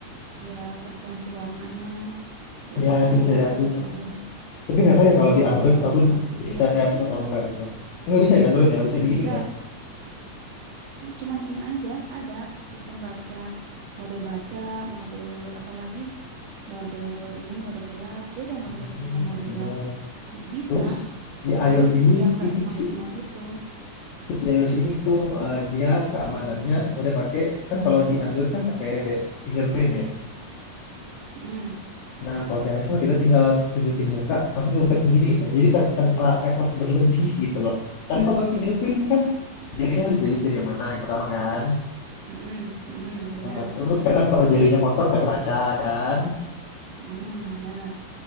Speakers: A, on the right; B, on the left.
A: Ya, frekuensi warnanya lebih
B: Ya
A: kaya
B: itu bisa diatur.
A: kalau di iOS.
B: Tapi nggak tahu ya kalau
A: Mm-mm,
B: di Android
A: Kalau
B: aku
A: di Android
B: bisa
A: nggak.
B: diatur atau enggak gitu. Nggak bisa di Android ya, nggak bisa digituin
A: Bisa,
B: ya.
A: cuman ini aja ada sistem baca, mode baca, mode apalagi mode ini, mode gelap. Beda mode
B: Hmm,
A: baca sama mode
B: ada.
A: gelap. Itu bisa,
B: Terus di
A: cuman
B: iOS ini
A: yang nggak
B: itu
A: semaksimal
B: Ci.
A: itu.
B: Terus di iOS ini itu eh, dia keamanannya
A: Mm-mm,
B: udah pakai kan kalau
A: mm-mm,
B: di Android kan pakai fingerprint ya.
A: mm-mm,
B: Nah kalau di iOS mah kita tinggal tunjukin muka langsung kebuka sendiri gitu. Jadi tan- tanpa effort berlebih gitu loh. Karena kalau pakai fingerprint kan jarinya harus dipilih jari yang mana yang pertama kan.
A: mm-mm, mm-mm, Benar.
B: Nah, terus kadang kalau jarinya kotor nggak kebaca kan.
A: Hmm, benar.